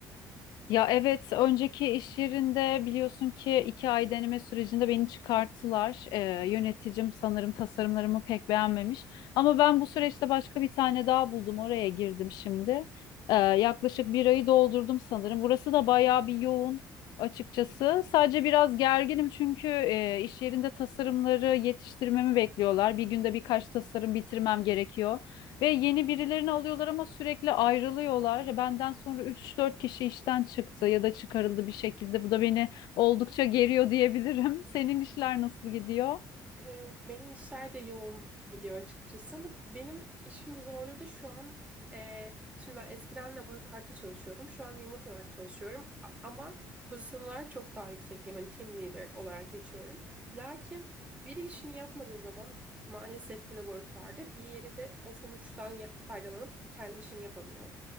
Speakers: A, on the left; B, on the right.
A: Ya evet, önceki iş yerinde biliyorsun ki iki ay deneme sürecinde beni çıkarttılar. Ee, yöneticim sanırım tasarımlarımı pek beğenmemiş. Ama ben bu süreçte başka bir tane daha buldum. Oraya girdim şimdi. Ee, yaklaşık bir ayı doldurdum sanırım. Burası da bayağı bir yoğun açıkçası. Sadece biraz gerginim çünkü e, iş yerinde tasarımları yetiştirmemi bekliyorlar. Bir günde birkaç tasarım bitirmem gerekiyor. Ve yeni birilerini alıyorlar ama sürekli ayrılıyorlar. Ya Benden sonra üç dört kişi işten çıktı ya da çıkarıldı bir şekilde. Bu da beni oldukça geriyor diyebilirim. <laughs> Senin işler nasıl gidiyor?
B: Ee, Benim işler de yoğun gidiyor açıkçası ama benim işim zorluğu da şu an e, şimdi ben eskiden laboratuvarda çalışıyordum. Şu an remote olarak çalışıyorum A- ama pozisyon olarak çok daha yüksekteyim. Hani team leader olarak geçiyorum. Lakin biri işini yapmadığı zaman maalesef ki laboratuvarda diğeri de o sonuçtan ya- faydalanıp di- kendi işini yapamıyor.